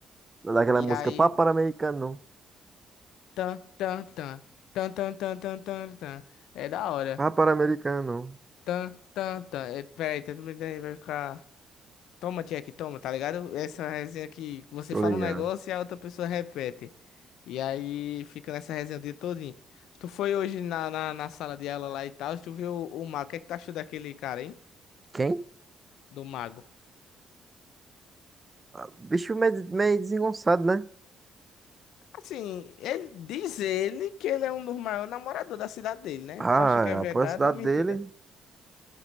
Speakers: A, on the right; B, on the left.
A: Daquela
B: E
A: música
B: aí.
A: Papa americano.
B: Tan, tan, tan. Tan, tan, tan, tan, tan, tan. É da hora.
A: Papa americano.
B: Tan, tan, tan. É, Peraí, tá tudo bem, vai ficar. Toma, Jack, toma, tá ligado? Essa resenha que você
A: Tô
B: fala
A: ligado.
B: um negócio e a outra pessoa repete. E aí fica nessa resenha o dia todinho. Tu foi hoje na, na, na sala de aula lá e tal, tu viu o, o mago. O que é que tu achou daquele cara, hein?
A: Quem?
B: Do mago.
A: Ah, Bicho meio, meio desengonçado, né?
B: Assim, ele diz ele que ele é um dos maiores namoradores da cidade dele, né?
A: Ah,
B: Tu acha que é verdade
A: é a cidade
B: ou mentira?
A: dele.